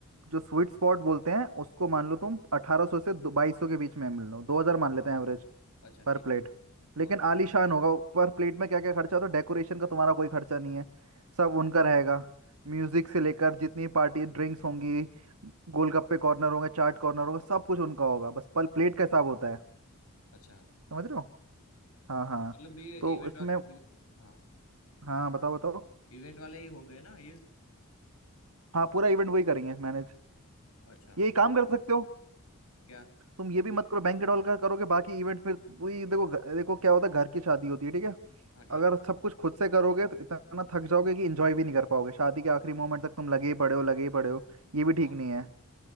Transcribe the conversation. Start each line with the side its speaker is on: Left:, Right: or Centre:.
Right: जो स्वीट स्पॉट बोलते हैं उसको मान लो तुम अठारह सौ से बाईस सौ के बीच में मिल लो दो हज़ार मान लेते हैं एवरेज
Left: अच्छा
Right: पर
Left: ठीक
Right: प्लेट
Left: है
Right: लेकिन
Left: हाँ
Right: आलीशान होगा पर प्लेट में क्या क्या खर्चा होता है डेकोरेशन का तुम्हारा कोई खर्चा नहीं है सब उनका रहेगा म्यूजिक से लेकर जितनी पार्टी ड्रिंक्स होंगी गोलगप्पे कॉर्नर होंगे चाट कॉर्नर होगा सब कुछ उनका होगा बस पर प्लेट का हिसाब होता है
Left: अच्छा
Right: समझ रहे हो हाँ हाँ
Left: तो मतलब ये
Right: तो
Left: इवेंट
Right: इसमें
Left: वाला हाँ
Right: हाँ बताओ बताओ
Left: इवेंट वाले ही हो गए ना ये
Right: हाँ पूरा इवेंट वही करेंगे मैनेज
Left: अच्छा अच्छा
Right: ये काम कर सकते हो
Left: क्या
Right: तुम ये भी मत करो बैंकेट हॉल का करोगे बाकी इवेंट फिर वही देखो घ- देखो क्या होता है घर की शादी होती है ठीक है
Left: हाँ ठीक
Right: अगर सब कुछ खुद से करोगे तो इतना थक जाओगे कि एंजॉय भी नहीं कर पाओगे शादी के आखिरी मोमेंट तक तुम लगे ही पड़े हो लगे ही पड़े हो ये भी ठीक
Left: हाँ
Right: नहीं है